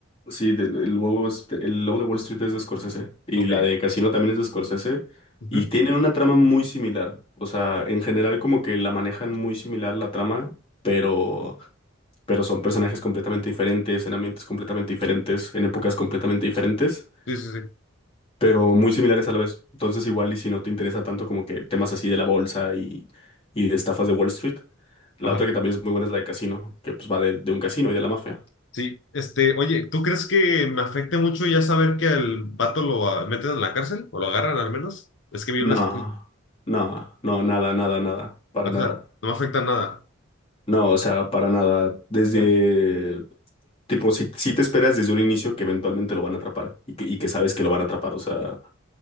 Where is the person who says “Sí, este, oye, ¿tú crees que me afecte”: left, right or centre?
Left